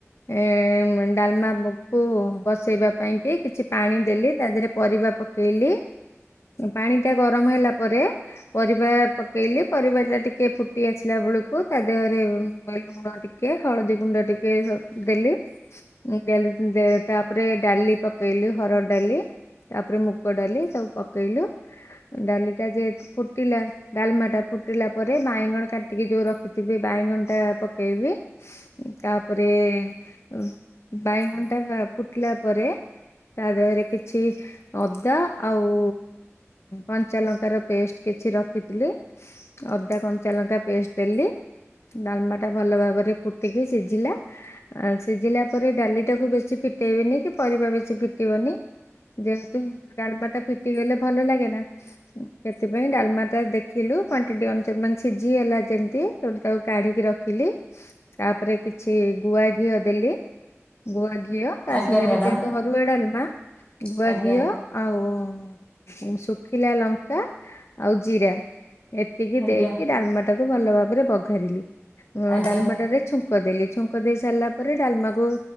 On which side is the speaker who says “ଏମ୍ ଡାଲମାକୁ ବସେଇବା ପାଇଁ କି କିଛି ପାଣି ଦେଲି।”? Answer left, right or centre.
Left